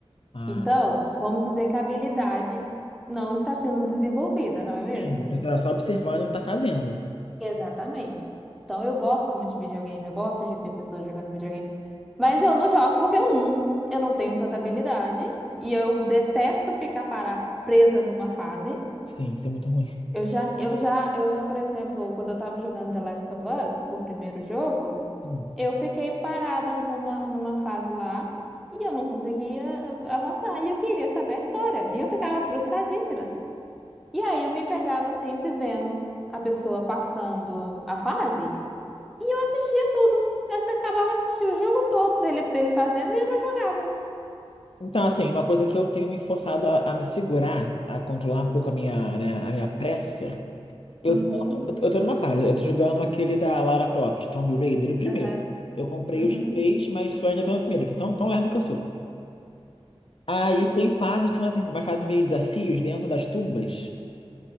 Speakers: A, on the left; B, in the centre.
A: Ah,
B: Então, vamos dizer que a habilidade não está sendo desenvolvida, não é mesmo?
A: sim. Você tá só observando e não tá fazendo.
B: Exatamente. Então, eu gosto muito de videogame, eu gosto de ver pessoas jogando videogame, mas eu não jogo porque, um, eu não tenho tanta habilidade e eu detesto ficar para, presa numa fase.
A: Sim, isso é muito ruim.
B: Eu já, eu já, eu já, por exemplo, quando eu tava jogando The Last of Us, o primeiro jogo,
A: Hum.
B: Eu fiquei parada numa, numa fase lá e eu não conseguia a- avançar. E eu queria saber a história. E eu ficava frustradíssima. E aí eu me pegava sempre vendo a pessoa passando a fase e eu assistia tudo. Aí Você acabava assistindo o jogo todo dele, dele fazendo e eu não jogava.
A: Então, assim, uma coisa que eu tenho me forçado a, a me segurar, a controlar um pouco a minha, né, a minha pressa. Eu,
B: Uhum,
A: tô- eu tô numa fase, eu tô jogando aquele da Lara Croft, Tomb Raider, o primeiro.
B: aham,
A: Eu comprei
B: uhum.
A: os três, mas só ainda tô no primeiro, que tão, tão lerdo que eu sou. Aí tem fases que são assim, umas fases meio desafios dentro das tumbas.